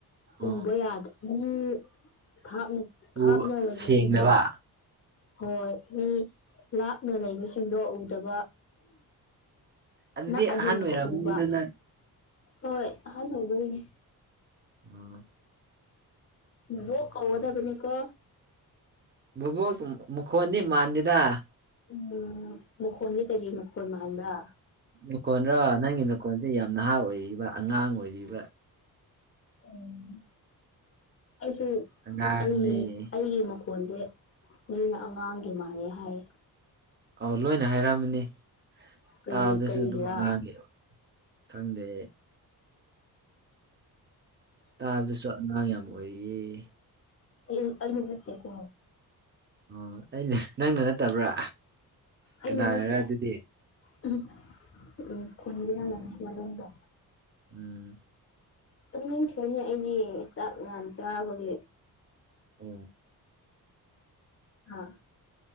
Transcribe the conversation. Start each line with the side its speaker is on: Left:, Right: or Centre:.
Right: ꯑꯣ
Left: ꯎꯕ ꯌꯥꯗꯕ ꯃꯤ ꯊꯥꯞꯅ ꯊꯥꯞꯅ
Right: ꯎ
Left: ꯂꯩꯕꯁꯤꯡꯗꯣ
Right: ꯁꯦꯡꯗꯕ
Left: ꯍꯣꯏ ꯃꯤ ꯂꯥꯞꯅ ꯂꯩꯕꯁꯤꯡꯗꯣ ꯎꯗꯕ
Right: ꯑꯗꯨꯗꯤ
Left: ꯅꯥꯛꯑꯗꯤ
Right: ꯑꯍꯟ
Left: ꯑꯃꯨꯛꯒ
Right: ꯑꯣꯏꯔꯝꯅꯤꯗ
Left: ꯎꯕ
Right: ꯅꯪ
Left: ꯍꯣꯏ <unintelligible>
Right: ꯎꯝ
Left: ꯕꯣꯛ ꯀꯧꯒꯗꯕꯅꯦ ꯀꯣ
Right: ꯕꯣꯕꯣꯛ ꯃꯈꯣꯟꯗꯤ ꯃꯥꯟꯗꯦꯗ
Left: ꯎꯝ ꯃꯈꯣꯟꯗꯤ ꯀꯔꯤ ꯃꯈꯣꯟ ꯃꯥꯟꯕ꯭ꯔꯥ
Right: ꯅꯈꯣꯟꯗꯣ ꯅꯪꯒꯤ ꯅꯈꯣꯜꯁꯦ ꯌꯥꯝ ꯅꯍꯥ ꯑꯣꯏꯔꯤꯕ ꯑꯉꯥꯡ ꯑꯣꯏꯔꯤꯕ
Left: ꯎꯝ ꯑꯩꯁꯨ
Right: ꯑꯉꯥꯡꯅꯦ
Left: ꯑꯩꯒꯤ ꯑꯩꯒꯤ ꯈꯣꯟꯁꯦ ꯃꯤꯅ ꯑꯉꯥꯡꯒꯤ ꯃꯥꯥꯟꯂꯦ ꯍꯥꯏ
Right: ꯑꯧ ꯂꯣꯏꯅ ꯍꯥꯏꯔꯝꯃꯅꯤ
Left: ꯀꯔꯤ
Right: ꯇꯥꯕꯗꯁꯨ
Left: ꯀꯔꯤꯒꯤꯔꯥ
Right: ꯑꯗꯨꯝ ꯑꯉꯥꯡꯒꯤ ꯈꯪꯗꯦ ꯇꯥꯕꯗꯁꯨ ꯑꯉꯥꯡ ꯌꯥꯝ ꯑꯣꯏꯔꯤ
Left: ꯑꯩꯗꯤ ꯑꯍꯥꯟ ꯅꯠꯇꯦꯒꯣ
Right: ꯑꯣ ꯑꯩꯅꯦ ꯅꯪꯅ ꯅꯠꯇꯕ꯭ꯔꯥ
Left: ꯑꯩꯅ
Right: ꯀꯅꯥꯅꯔ
Left: ꯅꯠꯇꯦ
Right: ꯑꯗꯨꯗꯤ
Left: ꯎꯝ ꯎꯝ ꯈꯣꯟꯖꯦꯜꯅꯅꯤ ꯃꯅꯨꯡꯗ
Right: ꯎꯝ
Left: ꯇꯨꯝꯅꯤꯡꯈ꯭ꯔꯦꯅꯦ ꯑꯩꯗꯤ ꯆꯥꯛ ꯌꯥꯝ ꯆꯥꯕꯒꯤ
Right: ꯎꯝ
Left: ꯍꯥ